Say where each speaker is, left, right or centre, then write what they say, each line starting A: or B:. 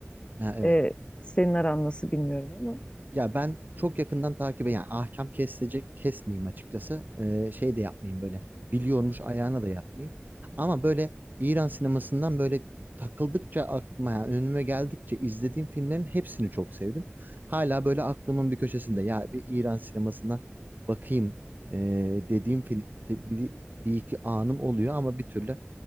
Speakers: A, on the right; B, on the left.
A: Ha, evet.
B: E, senin aran nasıl bilmiyorum ama.
A: Ya ben çok yakından takip yani ahkam kesilecek kesmeyeyim açıkçası. Ee, şey de yapmayayım böyle biliyormuş ayağına da yatmayayım. Ama böyle İran sinemasından böyle takıldıkça aklıma yani önüme geldikçe izlediğim filmlerin hepsini çok sevdim. Hala böyle aklımın bir köşesinde ya bir İran sinemasına bakayım ee, dediğim film bir, bir iki anım oluyor ama bir türlü